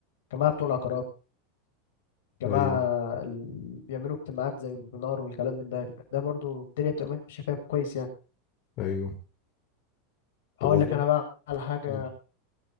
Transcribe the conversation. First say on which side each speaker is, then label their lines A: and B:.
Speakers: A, on the left; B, on the left.
A: جماعة بتوع العقارات جماعة
B: ايوه
A: اللي بيعملوا اجتماعات زي الويبينار والكلام من ده ده برضو الدنيا بتبقى ماشية فيها كويس يعني
B: ايوه طب
A: هقول
B: والله
A: لك أنا بقى على حاجة
B: قول